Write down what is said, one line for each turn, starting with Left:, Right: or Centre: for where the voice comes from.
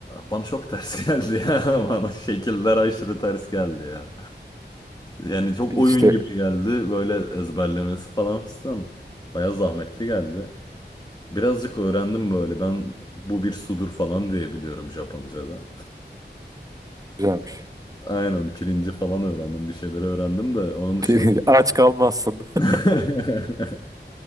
Left: bana çok ters <laughs> geldi ya. Bana şekiller aşırı ters geldi ya. Yani çok
Right: İşte
Left: oyun gibi geldi böyle ezberlemesi falan filan. Baya zahmetli geldi. Birazcık öğrendim böyle. Ben bu bir sudur falan diye biliyorum Japonca'da.
Right: güzelmiş.
Left: Aynen pirinci falan öğrendim. Bir şeyleri öğrendim de onun dışında
Right: <laughs> Aç kalmazsın. <laughs>
Left: <laughs>